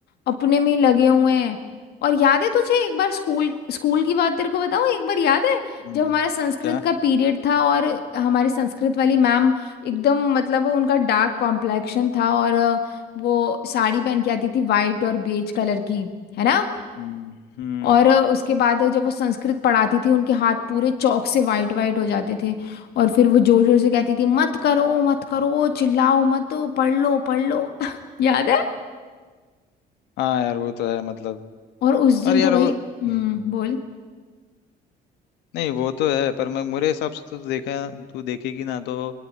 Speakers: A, on the left (about 70°); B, on the left (about 85°).
A: अपने में ही लगे हुए हैं और याद है तुझे एक बार स्कूल स्कूल की बात तेरे को बताऊं एक बार याद है
B: हम्म
A: जब हमारा संस्कृत
B: क्या
A: का पीरियड था और हमारी संस्कृत वाली मैम एकदम मतलब उनका डार्क कॉम्प्लेक्शन था और अ, वो साड़ी पहन के आती थी वाइट और बेज कलर की है ना
B: हम्म हम्म
A: और उसके बाद वो- जब वो संस्कृत पढ़ाती थी उनके हाथ पूरे चौक से वाइट वाइट हो जाते थे और फिर वो जोर जोर से कहती थी मत करो मत करो चिल्लाओ मत पढ़ लो पढ़ लो <laughs> याद है
B: हाँ यार वो तो है मतलब
A: और उस दिन
B: और यार
A: तो भाई
B: वो हम्म
A: हम्म बोल
B: नहीं वो तो है पर मैं मेरे हिसाब से तो देखा तू देखेगी ना तो